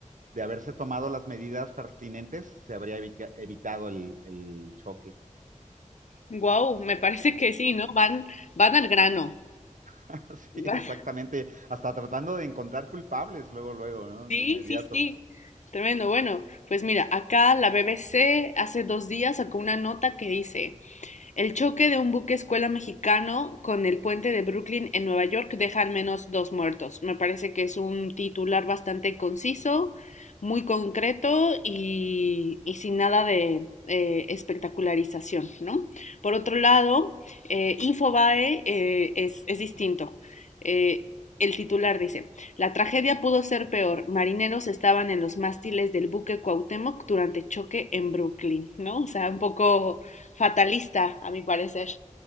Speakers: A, on the right (about 80°); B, on the left (about 65°).
A: de haberse tomado las medidas pertinentes, se habría evica- evitado el, el choque.
B: Wow, me parece que sí, ¿no? Van, van al grano.
A: <laughs> Sí,
B: Van-
A: exactamente.
B: <laughs>
A: Hasta tratando de encontrar culpables luego, luego, ¿no?
B: Sí,
A: De inmediato.
B: sí, sí. Tremendo. Bueno, pues mira, acá la BBC hace dos días sacó una nota que dice. El choque de un buque escuela mexicano con el puente de Brooklyn en Nueva York deja al menos dos muertos. Me parece que es un titular bastante conciso, muy concreto y, y sin nada de eh, espectacularización, ¿no? Por otro lado, eh, Infobae eh, es, es, distinto. Eh, El titular dice, la tragedia pudo ser peor. Marineros estaban en los mástiles del buque Cuauhtémoc durante choque en Brooklyn, ¿no? O sea, un poco Fatalista, a mi parecer.